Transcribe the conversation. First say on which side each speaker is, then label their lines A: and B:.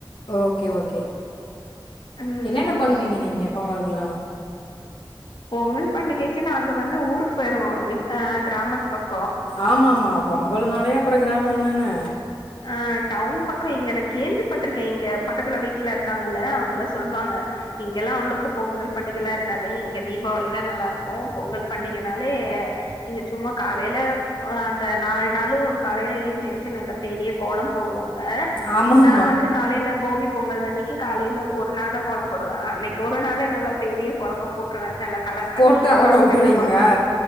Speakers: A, on the left; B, on the left.
A: ஓகே ஓகே
B: ம்
A: என்னென்ன பண்ணுவீங்க நீங்க பொங்கலுக்குல்லாம்
B: பொங்கல் பண்டிகைக்கு நாங்க வந்து ஊருக்கு போயிருவோம் அஹ் கிராமத்து பக்கம்
A: ஆமா ஆமா அ பொங்கல்னாலே அப்றம் கிராமம் தானே
B: ஆஹ் டவுன் பக்கம் இங்க நான் கேள்விப்பட்டிருக்கேன் இங்க பக்கத்துல வீட்டுல இருக்காங்கல்ல அவங்கல்லாம் சொல்லுவாங்க இங்கெல்லாம் அவளவுக்கும் பொங்கல் பண்டிகை எல்லாம் இருக்காது இங்க தீபாவளி தான் நல்லா இருக்கும் பொங்கல் பண்டிகைனாலே இங்க சும்மா காலையில அந்த நாலு நாளும் கலையிலையும் எஞ்சு எஞ்சுநல்ல பெரிய கோலம் போடுவோம்
A: ஆமாம்
B: நான்
A: ஆமாம்
B: வந்து காலையில போஹிப் பொங்கல் அன்னைக்கு காலையில ஒரு நாள் தான் கோலம் போடுவேன் அன்னைக்கு ஒரு நாலைள நல்லா பெரிய கோலமா போட்டுருவேன் நல்லா கலர் பண்ணி
A: போட்டு அதோட விட்டுருவீங்களா
B: வெள்ளமா